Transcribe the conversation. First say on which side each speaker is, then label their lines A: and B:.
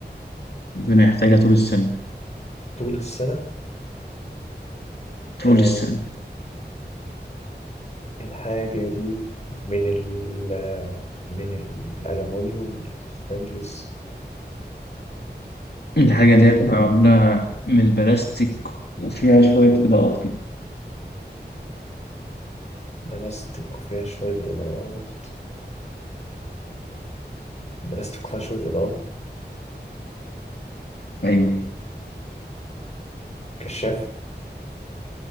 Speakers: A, on the left (about 65°); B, on the left (about 40°).
A: ربنا يحتاجها طول السنة
B: طول السنة
A: طول
B: آه،
A: السنة
B: الحاجة دي من ال آه، من الألمونيوم الستانلس
A: الحاجة دي هتبقى معمولة من البلاستيك وفيها شوية إضاءات كده
B: بلاستيك وفيها شوية إضاءات بلاستيك وفيها شوية إضاءات
A: أيوة
B: كشاف